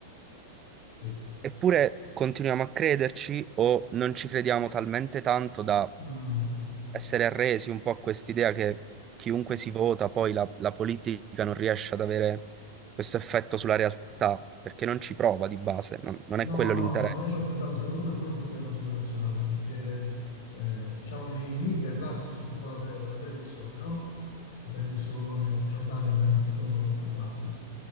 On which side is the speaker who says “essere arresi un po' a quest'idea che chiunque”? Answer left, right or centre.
Right